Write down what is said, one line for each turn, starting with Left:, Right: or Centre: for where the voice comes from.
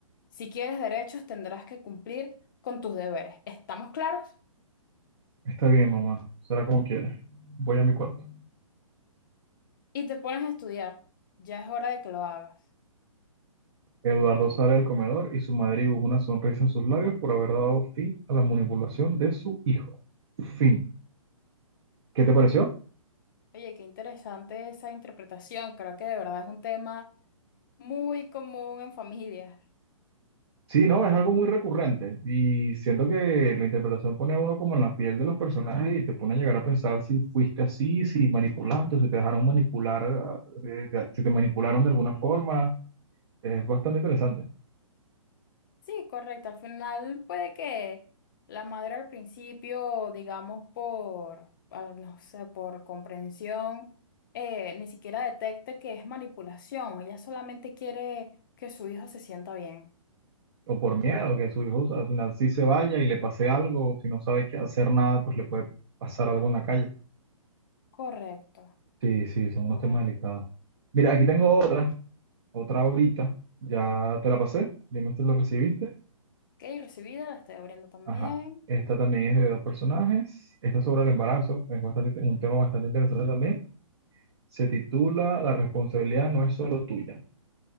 Left: Si quieres derechos, tendrás que cumplir con tus deberes. ¿Estamos claros?
Right: Está bien, mamá, será como quieres. Voy a mi cuarto.
Left: Y te pones a estudiar. Ya es hora de que lo hagas.
Right: Eduardo sale del comedor y su madre dibuja una sonrisa en sus labios por haber dado fin a la manipulación de su hijo. Fin. ¿Qué te pareció?
Left: Oye, qué interesante esa interpretación. Creo que de verdad es un tema muy común en familias.
Right: Sí, no, es algo muy recurrente y siento que la interpretación pone a uno como en la piel de los personajes y te pone a llegar a pensar si fuiste así, si manipulaste, si te dejaron manipular, eh, si te manipularon de alguna forma. Es bastante interesante.
Left: Sí, correcto. Al final puede que la madre al principio, digamos, por, al- no sé, por comprensión, eh, ni siquiera detecte que es manipulación. Ella solamente quiere que su hijo se sienta bien.
Right: o por miedo que su hijo al final sí se vaya y le pase algo, o si no sabe qué hacer nada, pues le puede pasar algo en la calle.
Left: Correcto.
Right: Sí, sí, son unos
Left: Bueno.
Right: temas delicados. Mira, aquí tengo otra, otra ahorita. Ya te la pasé, dime si lo recibiste.
Left: Ok, recibida, la estoy abriendo también.
Right: Ajá. Esta también es de dos personajes. Esta es sobre el embarazo, es bastante, un tema bastante interesante también. Se titula La responsabilidad no es solo tuya.